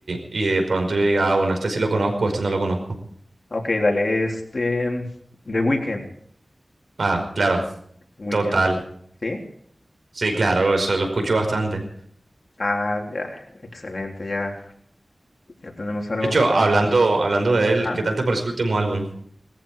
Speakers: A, on the right; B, on the left.
A: y, y de pronto yo diga, ah, bueno, este sí lo conozco, este no lo conozco.
B: Ok, dale, este, The Weeknd,
A: Ah, claro,
B: Weekend,
A: total.
B: ¿sí?
A: Sí, claro, eso lo escucho bastante.
B: Ah, ya, excelente, ya, ya tenemos algo,
A: De hecho, hablando, hablando de él,
B: ajá.
A: ¿qué tal te pareció el último álbum?